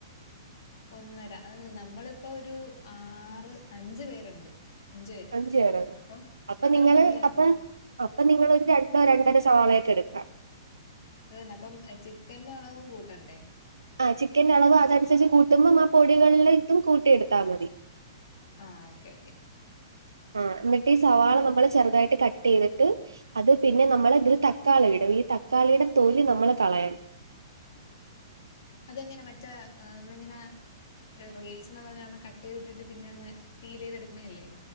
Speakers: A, on the left; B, on the right.
A: ഒന്നര അത് നമ്മളിപ്പോ ഒരു ആറ് അഞ്ച് പേരുണ്ട് അഞ്ചു പേര്
B: അഞ്ച് പേരുണ്ട്.
A: അപ്പം
B: അപ്പൊ
A: അത്രമതിയ
B: നിങ്ങള് അപ്പൊ അപ്പൊ നിങ്ങൊരു രണ്ടോ രണ്ടരോ സവാളായിട്ട് എടുക്കാം
A: അത്തന്നെ അപ്പം ചിക്കൻന്റെ അളവും കൂട്ടണ്ടേ
B: ആ ചിക്കൻന്റെ അളവ് അതനുസരിച്ച് കൂട്ടുമ്പോം ആ പൊടികളെ ഇതും കൂട്ടി എടുത്താൽ മതി
A: ആ ഓക്കേ ഓക്കെ
B: ആഹ എന്നിട്ട് ഈ സവാള നമ്മള് ചെറുതായിട്ട് കട്ട് ചെയ്തിട്ട് അത് പിന്നെ നമ്മളെ അതിൽ തക്കാളി ഇടും ഈ തക്കാളിയുടെ തോല് നമ്മള് കളയണം
A: അതെങ്ങനെ മറ്റേ നമ്മളിങ്ങനെ റീൽസിനൊക്ക കട്ട് ചെയ്തിട്ടിട്ട് പിന്നെ അങ് പീൽ ചെയ്തെടുക്കണേല്ലേ